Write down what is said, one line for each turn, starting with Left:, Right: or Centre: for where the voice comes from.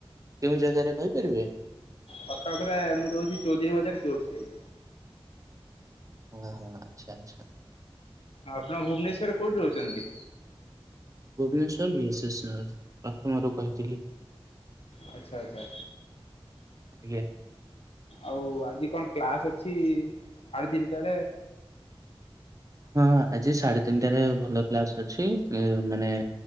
Right: କେଉଁ ଜାଗାରେ କହିପାରିବେ?
Left: କଟକରେ ମୁଁ ରହୁଛି ଚୌଧୁରୀ ବଜାର କେଉଟ ସାଇଡ଼୍।
Right: ହଁ ହଁ ଆଚ୍ଛା ଆଚ୍ଛା।
Left: ଆପଣ ଭୁବନେଶ୍ୱରରେ କୋଉଠି ରହୁଛନ୍ତି?
Right: ଭୁବନେଶ୍ଵର ବି <unintelligible> ପ୍ରଥମରୁ କହିଥିଲି।
Left: ଆଚ୍ଛା ଆଚ୍ଛା।
Right: ଆଜ୍ଞା।
Left: ଆଉ ଆଜି କଣ କ୍ଲାସ ଅଛି ସାଢେ ଦିନଟାରେ।
Right: ହଁ ଆଜି ସାଢେ ତିନିଟାରେ ଭଲ କ୍ଲାସ ଅଛି ଏ ମାନେ।